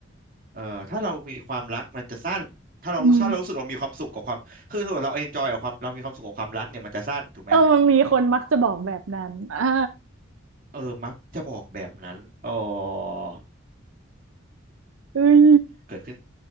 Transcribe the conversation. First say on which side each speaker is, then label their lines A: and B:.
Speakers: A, on the right; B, on the right.
A: เอ่อถ้าเรามีความรักมันจะสั้นถ้าเราถ้าเรารู้สึกเรามีความสุขกับความคือถ้าเราเอนจอยกับความเรามีความสุขกับความรักเนี่ยมันจะสั้นถูกไหม
B: <laughs> อืมเออมันมีคนมักจะบอกแบบนั้นอ่า
A: เออมักจะบอกแบบนั้นเออ
B: เอ้ย
A: เกิดขึ้น